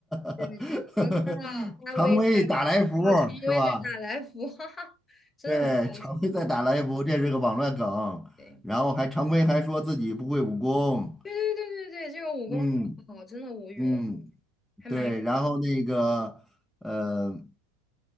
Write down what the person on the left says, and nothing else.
对对对，我又看到阿威在
打，啊，陈威在打来福，<laughs> 哈哈，真的很好
笑，
对
对对对对对，这个武功特别好，
真的无语了，
还蛮有